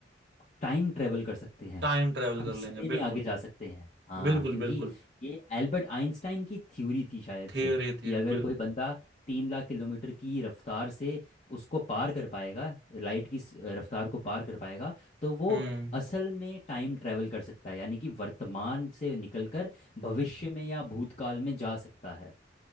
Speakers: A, on the left; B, on the right.
A: टाइम ट्रेवल कर सकते हैं
B: टाइम ट्रेवल
A: हम
B: कर
A: समय
B: लेंगे
A: में
B: बिल्कुल
A: आगे जा सकते हैं हाँ
B: बिल्कुल
A: क्योंकि
B: बिल्कुल
A: ये एल्बर्ट आइंस्टाइन की थ्योरी थी शायद
B: थियोरी
A: से
B: थी
A: कि अगर
B: बिल्कुल
A: कोई बंदा तीन लाख किलोमीटर की रफ्तार से उसको पार कर पाएगा लाइट की स- रफ्तार को पार कर पाएगा तो वो
B: हम्म
A: असल में टाइम ट्रेवल कर सकता है यानी कि वर्तमान से निकलकर भविष्य में या भूतकाल में जा सकता है